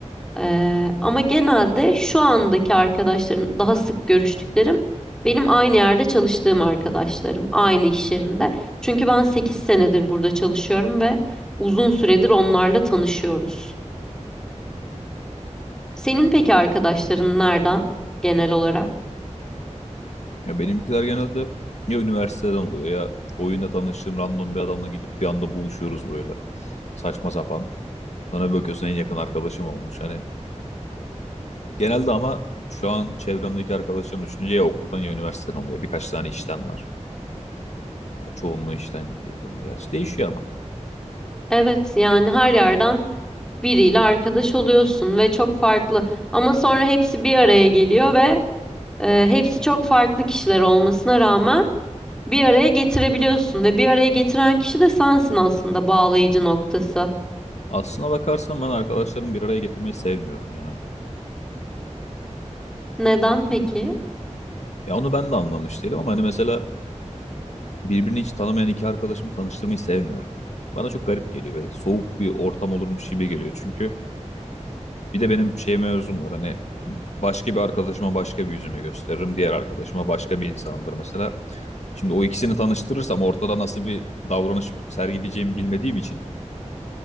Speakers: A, in the centre; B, on the left.
A: Eee, ama genelde şu andaki arkadaşlarım, daha sık görüştüklerim benim aynı yerde çalıştığım arkadaşlarım, aynı iş yerinde. Çünkü ben 8 senedir burada çalışıyorum ve uzun süredir onlarla tanışıyoruz. Senin peki arkadaşların nereden genel olarak?
B: Ya benimkiler genelde ya üniversiteden oluyor ya oyunda tanıştığım random bir adamla gidip bir anda buluşuyoruz böyle. Saçma sapan. Sonra bir bakıyorsun en yakın arkadaşım olmuş. Hani Genelde ama şu an çevremdeki arkadaşlarım düşününce ya okuldan ya üniversiteden oluyor. Birkaç tane işten var. Yani çoğunluğu işten de diyebilirim gerçi. Değişiyor ama.
A: Evet yani her yerden biriyle arkadaş oluyorsun ve çok farklı. Ama sonra hepsi bir araya geliyor ve e, hepsi çok farklı kişiler olmasına rağmen bir araya getirebiliyorsun ve bir araya getiren kişi de sensin aslında bağlayıcı noktası.
B: Aslına bakarsan ben arkadaşlarımı bir araya getirmeyi sevmiyorum ya.
A: Neden peki?
B: Ya onu ben de anlamış değilim ama hani mesela birbirini hiç tanımayan iki arkadaşımı tanıştırmayı sevmiyorum. Bana çok garip geliyor ve soğuk bir ortam olurmuş gibi geliyor. Çünkü Bir de benim şey mevzum var hani başka bir arkadaşıma başka bir yüzümü gösteririm. Diğer arkadaşıma başka bir insanımdır mesela. Şimdi o ikisini tanıştırırsam ortada nasıl bir davranış sergileyeceğimi bilmediğim için